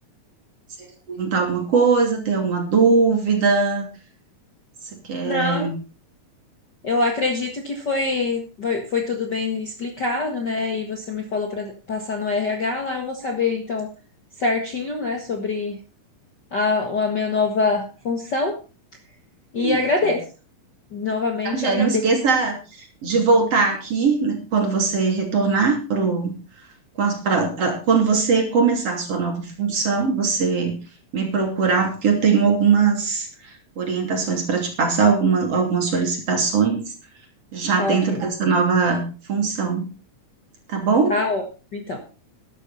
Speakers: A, on the right; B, on the left.
A: Você quer perguntar alguma coisa, tem alguma dúvida? Você quer
B: Não, eu acredito que foi, foi, foi tudo bem explicado, né? E você me falou para passar no RH lá, eu vou saber então certinho, né, sobre a, a minha nova função e agradeço.
A: isso?
B: Novamente
A: Tá, joia?
B: agradeço.
A: Não esqueça de voltar aqui né, quando você retornar pro, com as- pra- pra- quando você começar a sua nova função, você me procurar, porque eu tenho algumas orientações para te passar, alguma, algumas solicitações já
B: Tá
A: dentro
B: ok.
A: dessa nova função, tá bom?
B: Tá ótimo, então.